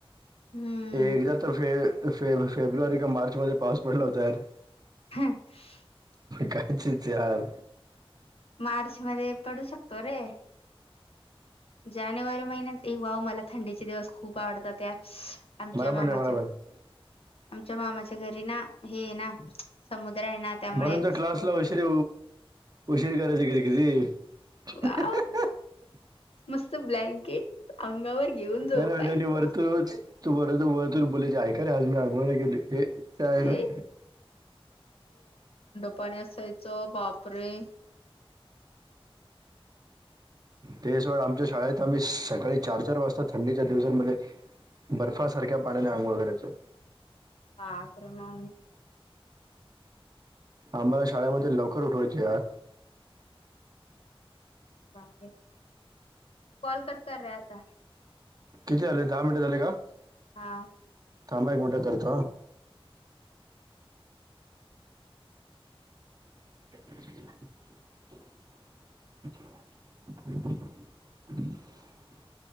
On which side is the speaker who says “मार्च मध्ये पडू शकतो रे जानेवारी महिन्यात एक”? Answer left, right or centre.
Left